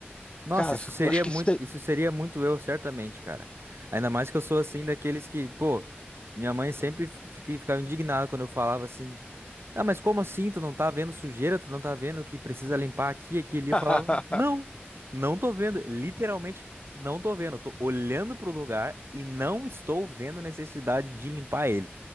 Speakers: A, on the right (about 75°); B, on the left (about 25°).
A: Nossa,
B: Cara,
A: isso seria
B: eu acho
A: muito,
B: que sei
A: isso seria muito eu, certamente, cara. Ainda mais que eu sou assim daqueles que, pô, minha mãe sempre fi- fique- ficava indignada quando eu falava assim: "Ah, mas como assim? Tu não tá vendo sujeira? Tu não tá vendo que precisa limpar aqui, aqui, e ali?" Eu
B: <laughs>
A: falava: "Não, não tô vendo, literalmente não tô vendo. Eu tô olhando pro lugar e não estou vendo necessidade de limpar ele."